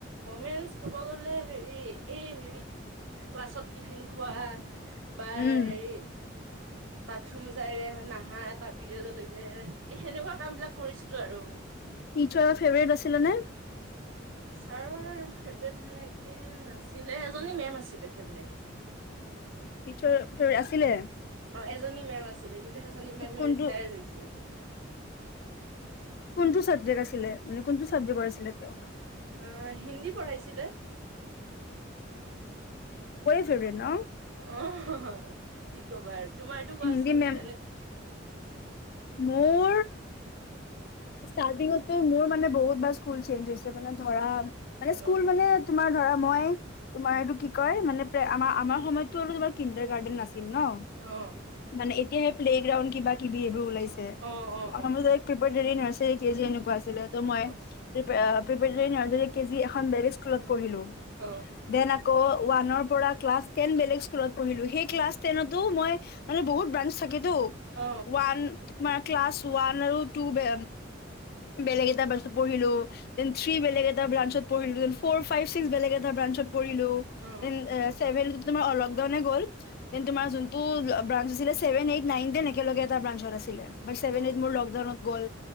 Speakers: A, on the right; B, on the left.
A: মমেনচ ক'ব গ'লে হেৰি এই হেৰিত ক্লাছত টিফিন খোৱা বা
B: উম,
A: হেৰি বাত থুম যাই নাহা এটা পিৰিয়ডলৈকে সেনেকুৱা কাম বিলাক কৰিছিলো আৰু
B: টিচাৰৰ ফেভৰেট আছিলা নে
A: টিচাৰৰ ফেভৰেট সেনেকে নাছিলে এজনী মেম আছিলে ফেভৰেট
B: টিচাৰ টিচা আছিলে
A: অ এজনী মেম আছিলে কিন্তু সেইজনী মেম
B: কোনটো
A: ৰিটায়াৰড হৈছে জি
B: কোনটো চাবজেক্ট আছিলে মানে কোনটো চাবজেক্টৰ আছিলে তেওঁ
A: অ হিন্দী পঢ়াইছিলে
B: চবে ন
A: অহ কি কবা তোমাৰতো কোৱাচোন
B: হিন্দী মেম
A: কেনেক
B: মোৰ
A: <unintelligible>
B: ষ্টাৰ্টিঙতো মোৰ মানে বহুত বাৰ স্কুল চেঞ্জ হৈছে মানে ধৰা মানে
A: অ
B: স্কুল মানে তোমাৰ ধৰা মই তোমাৰ এইটো কি কয় মানে প্ৰ আমাৰ আমাৰ সময়তো আৰু তোমাৰ কিণ্ডাৰ গাৰ্ডেন নাছিল ন
A: অ
B: মানে এ এতিয়াহে প্লেগ্ৰাউণ্ড কিবা কিবি এইবোৰ ওলাইছে
A: অ অ
B: আমা
A: অ
B: অনুজাই কিপাজাই নাৰ্চাৰী কেজি এনেকুৱা আ দি ত মই
A: অ
B: প্ৰিপাৰা প্ৰিপাজাৰি নাৰ্চাৰী কেজি এখন বেলেগ স্কুলত পঢ়িলো
A: অ
B: দেন আকৌ ওৱানৰ পৰা ক্লাছ টেন বেলেগ স্কুলত পঢ়িলো সেই ক্লাছ টেনতো মই মানে বহুত ব্ৰাঞ্চ চাকে টু
A: অ অ
B: ওৱান তোমাৰ ক্লাছ ওৱান আৰু টু বে বেলেগ এটা ব্ৰাঞ্চত পঢ়িলো দেন থ্ৰী বেলেগ এটা ব্ৰাঞ্চত পৰিলো এন ফৰ ফাইভ চিস্ক বেলেগ এটা বাঞ্চত পৰিলো
A: অ
B: দেন চেভেন উঠোতে মই লক ডাউনে হল দেন তোমাৰ যোনটো বাঞ্চ আছিলে ছেভেন এইট নাইন টেন একেলগে এটা ব্ৰাঞ্চত আছিলে ছেভেন
A: অ অ অ অ
B: এইট মোৰ লকডাউনত গ'ল